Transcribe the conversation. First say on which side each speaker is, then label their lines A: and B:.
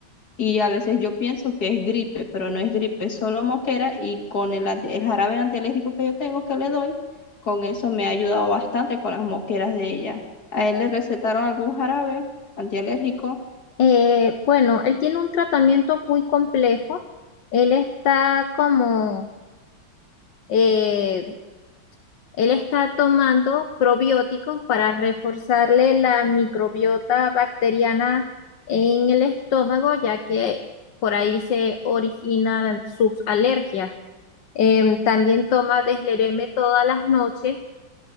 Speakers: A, on the left; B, on the left.
A: Y a veces yo pienso que es gripe, pero no es gripe, es solo moquera y con el, anti- el jarabe antialérgico que yo tengo que le doy, con eso me ha ayudado bastante con las moqueras de ella. A él le recetaron algún jarabe antialérgico.
B: Eh, bueno, él tiene un tratamiento muy complejo. Él está como, eh, él está tomando probióticos para reforzarle la microbiota bacteriana en el estómago, ya que por ahí se originan sus alergias. Em, también toma deslereme todas las noches